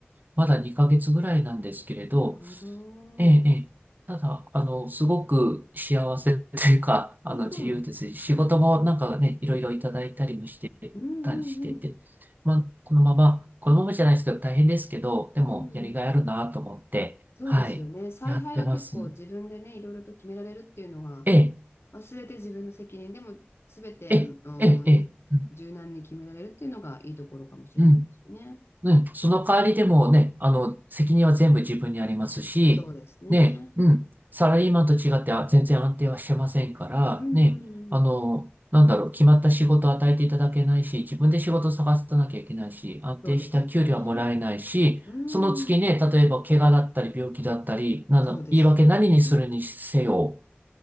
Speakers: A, on the right; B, on the left.
A: まだ2ヶ月ぐらいなんですけれど、
B: なるほど。
A: ええ、ええ。ただ、あの、すごく幸せというか、あの、
B: うん。
A: 自由ですし、仕事もなんかね、いろいろいただいたりもしてたりしてて、
B: うんうんうん。
A: まあ、このまま、このままじゃないですけど、大変ですけど、
B: うん。
A: でも、やりがいあるなと思って、
B: そうですよね。
A: はい、
B: 采配が結構自分でね、
A: やってます。
B: いろいろと決められるっていうのは、
A: ええ、
B: まあ、全て自分の責任でも、全て、
A: ええ、
B: あのね、
A: ええ、ええ、うん、
B: 柔軟に決められるっていうのがいいところかもしれないですよね。
A: うん。うん、その代わりでもね、あの、責任は全部自分にありますし、
B: そうですね。
A: ね、うん、サラリーマンと違ってあ全然安定はしてませんから、
B: うんうんうん。
A: ね、あの、なんだろう、決まった仕事を与えていただけないし、自分で仕事を探さなきゃいけないし、
B: ええ
A: 安定した給料はもらえないし、
B: そうですよね。うん。
A: その月ね、例えば怪我だったり病気だったり、なの、
B: そうですよね。
A: 言い訳何にするにせよ、